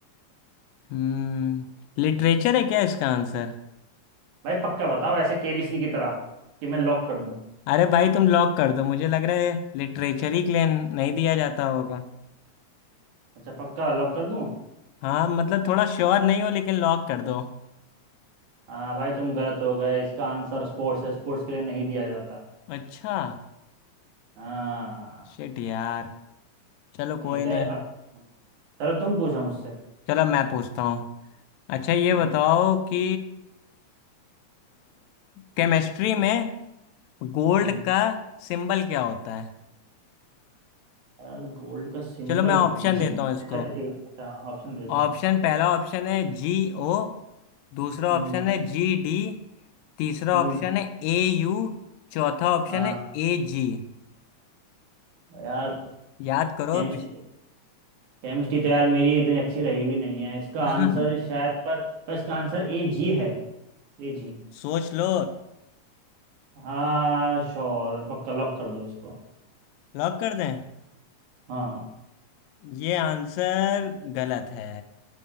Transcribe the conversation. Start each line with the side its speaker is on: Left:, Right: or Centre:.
Left: हम्म लिटरेचर है क्या इसका आंसर
Right: भाई पक्का बताओ ऐसे केबीसी की तरह कि मैं लॉक कर दूं
Left: अरे भाई तुम लॉक कर दो मुझे लग रहा है लिटरेचर ही क्लेम नहीं दिया जाता होगा
Right: अच्छा पक्का लॉक कर दूं
Left: हाँ मतलब थोड़ा श्योर नहीं हो लेकिन लॉक कर दो
Right: हाँ भाई तुम गलत हो गए इसका आंसर स्पोर्ट्स है स्पोर्ट्स के लिए नहीं दिया जाता
Left: अच्छा
Right: हाँ
Left: शिट यार चलो
Right: ठीक
Left: कोई नहीं
Right: है
Left: यार।
Right: अब चलो तुम पूछो मुझसे
Left: चलो मैं पूछता हूँ अच्छा ये
Right: हम्म,
Left: बताओ कि केमिस्ट्री में गोल्ड
Right: हम्म,
Left: का सिंबल क्या होता है
Right: यार गोल्ड का सिंबल
Left: चलो मैं ऑप्शन
Right: जी
Left: देता हूँ इसको
Right: अच्छा ठीक है अच्छा ऑप्शन दे दो
Left: ऑप्शन पहला ऑप्शन है जी ओ दूसरा
Right: हम्म
Left: ऑप्शन है जी डी तीसरा
Right: हम्म
Left: ऑप्शन है ए यू चौथा ऑप्शन
Right: हाँ
Left: है ए जी
Right: यार
Left: याद करो
Right: केमिस्ट्री
Left: पिछ-
Right: केमिस्ट्री तो यार मेरी इतनी अच्छी रही भी नहीं है इसका
Left: <laughs>
Right: आंसर शायद पर, पर इसका आंसर ए जी है A G
Left: सोच लो
Right: हाँ श्योर पक्का लॉक कर दो इसको
Left: लॉक कर दें
Right: हाँ
Left: ये आंसर गलत है